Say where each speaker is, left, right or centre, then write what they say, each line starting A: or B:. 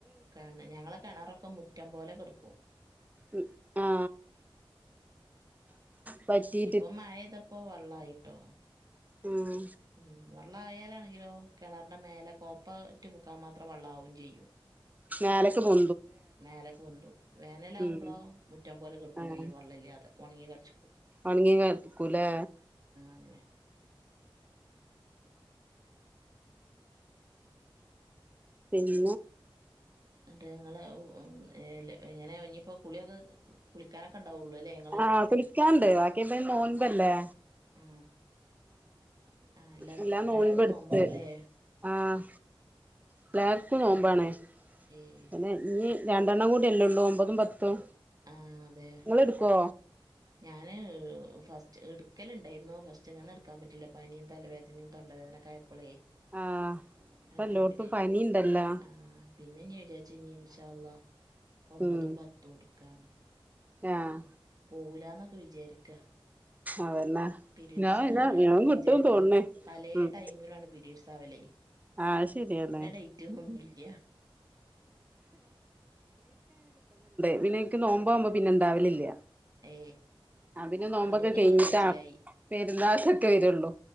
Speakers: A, on the right; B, on the right.
A: കെ ഞങ്ങളെ കെണറൊക്കെ മുറ്റം പോലെ കെടുക്കും
B: ഉം ആ പറ്റി
A: ഇപ്പൊ മയയ്തപ്പോ വെള്ളായിട്ടോ
B: ഉം
A: ഉം വള്ളം ആയാലാണെ ങ്കിലോ കെണറിന്റെ മേലെ കോപ്പ റ്റ് മുക്കാൻ മാത്രം വള്ളാവും ചെയ്യും
B: മേലക്ക് പോ
A: മേലെക്ക്‌ പോന്തും വേനലാമ്പളോ
B: ഉം
A: മുറ്റം പോലെ കെടക്കും
B: ആഹ്
A: ചെയ്യും വള്ളല്ലാതെ ഉണങ്ങി കടിച്ച്ക്കും
B: ഒണങ്ങി കേട്ക്കൂലെ
A: അങ്ങനെ
B: പിന്നെ
A: അതെ ഇങ്ങളെ എല് എങ്ങനെ ഞ്ഞിപ്പോ കുളിയൊക്കെ കുളിക്കാനൊക്കെ ഉണ്ടാവൊള്ളൂ അല്ലേ ഇങ്ങ
B: ആ കുളിക്കാണ്ട് ബാക്കി എന്താലും നോമ്പല്ലേ
A: ആ ആ എല്ലാർക്കും
B: എല്ലാ നോൻപെടുത്ത്
A: എല്ലാർക്കും നോമ്പാവൂലേ
B: ആഹ് എല്ലാർക്കും നോമ്പണേ
A: ഏഹ്
B: പിന്നെ ഇനി രണ്ടെണ്ണം കൂടിയല്ലേ ഉള്ളൂ ഒമ്പതും പത്തും
A: ആഹ് അതെ
B: ങ്ങള് എടുക്കോ
A: ഞാന് ഫസ്റ്റ് എടുക്കല്ണ്ടായിരുന്നു പഷേ മിനിഞാന്ന് എടുക്കാൻ പറ്റില്ല പനിയും തലവേദനയും തൊണ്ട വേദനക്കെ പ്പളെ
B: ആഹ് ഇപ്പ
A: എടുക്കാൻ
B: എല്ലോടത്തും
A: പറ്റി
B: പനിണ്ടല്ലോ
A: ആ പിന്നെ ഇനി വിചാരിച്ച് ഇനി ഇൻ ഷാ അള്ളാ ഒമ്പതും
B: ഉം
A: പത്തും ടുക്കാന്ന്
B: ആഹ്
A: പോവുലന്നൊക്കെ വിചാരിക്ക
B: അതന്നെ
A: പീരീഡ്സ്
B: ഞാൻ
A: ആവുലന്നൊക്കെ
B: പിന്നെ ഞാൻ കിട്ടും
A: വിചാരിക്ക
B: തോന്നണേ
A: പലേ
B: ഉം
A: ടൈമിലാണ് പീരീഡ്സ് ആവലേ
B: ആഹ് ശരിയാണ്
A: ഇന്ന ഡേറ്റ്ന്നൊന്നുംല്ല
B: പിന്നെനിക്ക് നോമ്പോവ്മ്പോ പിന്നെണ്ടാവലില്ല
A: ഏ
B: അതിന് നോമ്പൊക്കെ
A: അതുകൊണ്ട് നിങ്ങള്
B: കയിഞ്ഞിട്ടാ
A: കഴിച്ചിലായി
B: പെരുന്നാക്ക്ക്കെ വര്ള്ളു